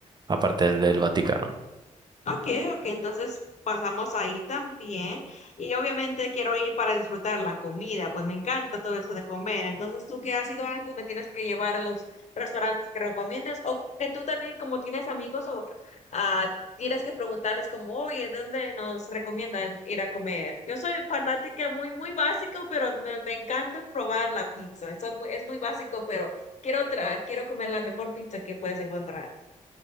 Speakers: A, on the right; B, on the left.
A: aparte del del Vaticano.
B: Ok, ok, entonces pasamos ahí también. Y obviamente quiero ir para disfrutar la comida, pues me encanta todo eso de comer. Entonces, tú que has ido antes, me tienes que llevar a los restaurantes que recomiendes o que tú también, como tienes amigos, o ah, tienes que preguntarles como, oye, ¿dónde nos recomiendan ir a comer? Yo soy fanática muy, muy básico, pero me, me encanta probar la pizza. Eso es muy, es muy básico, pero quiero, tra- quiero comer la mejor pizza que puedes encontrar.